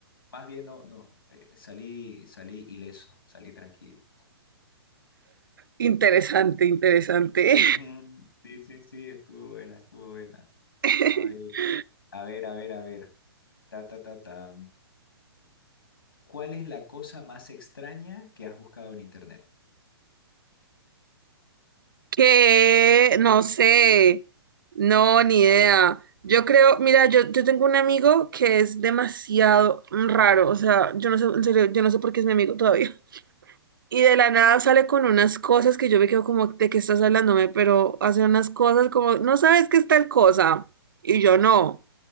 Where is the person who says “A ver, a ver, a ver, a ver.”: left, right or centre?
Left